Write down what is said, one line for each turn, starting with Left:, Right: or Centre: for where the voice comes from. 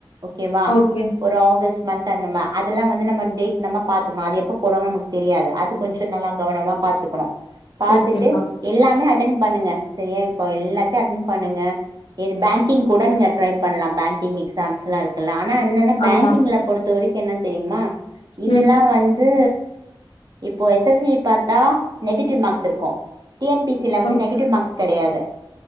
Right: ஓகேவா
Left: ஓகே
Right: ஒரு ஆகஸ்ட் மந்த் அந்த மா அதெல்லா வந்து நம்ம டேட் நம்ம பாத்துக்கணு அது எப்போ போடுவங்கனு நமக்கு தெரியாது அது கொஞ்சோ நல்லா கவனமாக பாத்துகணு பாத்துட்டு
Left: ஓகேக்கா
Right: எல்லாமே அட்டென் பண்ணுங்க செரியா இப்ப எல்லாத்தையு அட்டென் பண்ணுங்க எது பேங்கிங் கூட நீங்க ட்ரை பண்லா பேங் கிங் எக்ஸாம்ஸ் எல்லா இருக்கல்ல ஆனா என்னன்னா
Left: ஆமா
Right: பேங்கிங்ல பொறுத்த வரைக்கு என்னன் தெரிமா இதெல்லா
Left: ம்
Right: வந்து இப்போ எஸ் எஸ் இ பாத்தா நெகட்டிவ் மார்க்ஸ் இருக்கு டி என் பி சில வந்து
Left: ஓ
Right: நெகட்டிவ் மார்க்ஸ் கெடையாது